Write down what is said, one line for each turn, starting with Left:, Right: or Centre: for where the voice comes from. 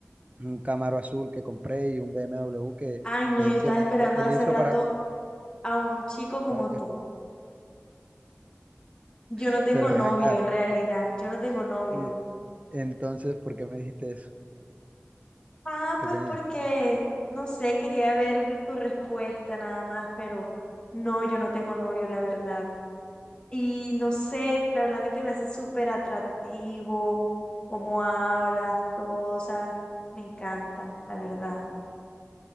Right: un Camaro azul que compré y un BMW que
Left: Ay, no,
Right: es
Left: yo
Right: el
Left: estaba
Right: que uno
Left: esperando
Right: utilizo
Left: hace rato
Right: para,
Left: a un chico como
Right: para cuest-
Left: tú. Yo
Right: <laughs>
Left: no tengo
Right: Pero ven
Left: novio
Right: acá.
Left: en realidad, yo no tengo novio.
Right: Y, Entonces, ¿por qué me dijiste eso?
Left: Ah,
Right: ¿Qué
Left: pues
Right: tenías?
Left: porque, no sé, quería ver tu respuesta nada más, pero no, yo no tengo novio, la verdad. Y no sé, la verdad que te me hace súper atractivo, cómo hablas, todo, o sea, me encanta, la verdad.